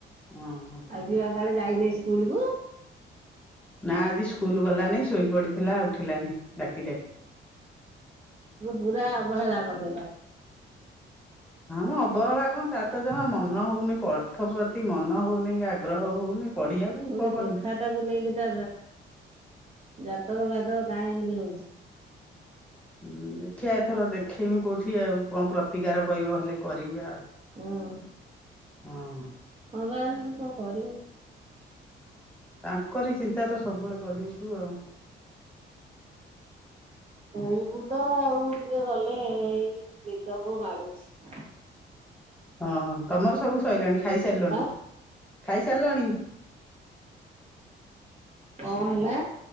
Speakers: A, in the centre; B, on the right (about 35°).
A: ଅଁ ଅଁ।
B: ଆଜି ବା କାଳେ ଯାଇନି ସ୍କୁଲୁ କୁ।
A: ନା ଆଜି ସ୍କୁଲ ଗଲାନି ଶୋଇ ପଡିଥିଲା ଉଠିଲାନି ଡାକି ଡାକି।
B: ମୁଁ ପୁରା ଅବହେଳା କରିଦେଲ।
A: ନା ମ ଅବହେଳା କଣ ତାର ତ ଜମା ମନ ହଉନି ପାଠ ପ୍ରତି ମନ ହଉନି କି ଆଗ୍ରହ ହଉନି। ପଢିବାକୁ ମୁଁ
B: କୋଉଠି
A: କଣ କରିବି
B: ଦେଖା ତାକୁ ନେଇକି ତା ଜାତକ ଫାତକ କାହିଁ ଏମିତି ହଉଛି।
A: ହୁଁ ଦେଖିବା ଏଥର ଦେଖେଇବି କୋଉଠି ଆଉ କଣ ପ୍ରତିକାର କହିବ ହେଲେ କରିବି ଆଉ।
B: ହଁ
A: ହଁ।
B: ହଁ ବା କଣ କରିବୁ।
A: ତାଙ୍କରି ଚିନ୍ତା ତ ସବୁବେଳେ କରିବୁ ତୁ ଆଉ।
B: କହିବୁ ତ ଆଉ ଟିକେ ଗଲେ ଏଇ ନିଦକୁ ମାଡୁଛି।
A: ହଁ ତମର ସବୁ ସଇଲାଣି ଖାଇସାରିଲଣି
B: ଆ
A: ଖାଇସାରିଲଣି।
B: କଁ ହେଲା?